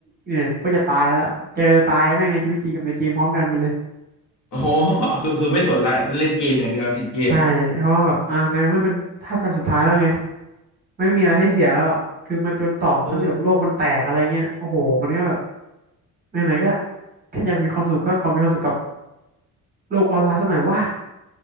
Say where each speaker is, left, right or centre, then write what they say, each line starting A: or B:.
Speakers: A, on the right; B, on the left.
A: เนี่ยกูก็จะตายแล้วเจอตายแม่งในชีวิตจริงกับในเกมพร้อมกันไปเลย
B: โอ้โหคือคือไม่สนละจะเล่นเกมอย่างเดียวติดเกม
A: ใช่เพราะว่าแบบอ่าในเมื่อเป็นท่าจำสุดท้ายแล้วไงไม่มีอะไรให้เสียแล้วอ่ะคือมันจนตอกทั้งที่แบบโลกมันแตกอะไรเงี้ยโอ้โหมันก็แบบ
B: เออ
A: ไหนๆก็แค่อยากมีความสุขก็ขอมีความสุขกับโลกออนไลน์สักหน่อยว่า